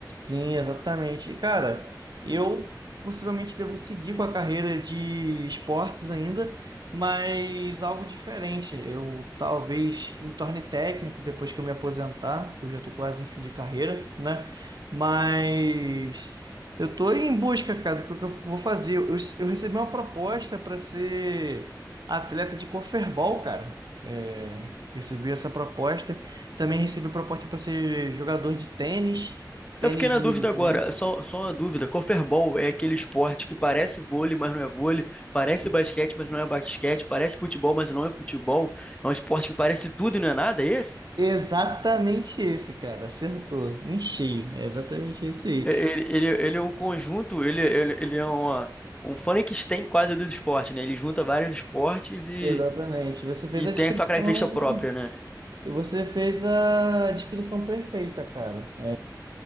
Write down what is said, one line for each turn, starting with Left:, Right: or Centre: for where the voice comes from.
Right: Sim, exatamente. E, cara, eu possivelmente devo seguir com a carreira de esportes ainda, mas algo diferente. Eu talvez me torne técnico depois que eu me aposentar, que eu já estou quase em fim de carreira, né? Mas eu estou em busca, cara, do que eu vou fazer. Eu, eu recebi uma proposta para ser atleta de corferball, cara. É, recebi essa proposta. Também recebi proposta para ser jogador de tênis. Tênis
Left: Eu fiquei na
Right: de,
Left: dúvida
Right: de
Left: agora,
Right: mesa?
Left: só, só uma dúvida. Corfebol é aquele esporte que parece vôlei, mas não é vôlei, parece basquete, mas não é basquete, parece futebol, mas não é futebol. É um esporte que parece tudo e não é nada, é esse?
Right: Exatamente esse, cara. Acertou. Em cheio. É exatamente esse aí.
Left: É, Ele, ele, ele é um conjunto, ele, ele, ele é uma, um Frankenstein quase do esporte, né? Ele junta vários esportes e,
Right: Exatamente. Você fez
Left: e
Right: a
Left: tem
Right: descrição.
Left: a sua característica própria, né?
Right: E você fez a descrição perfeita, cara. É,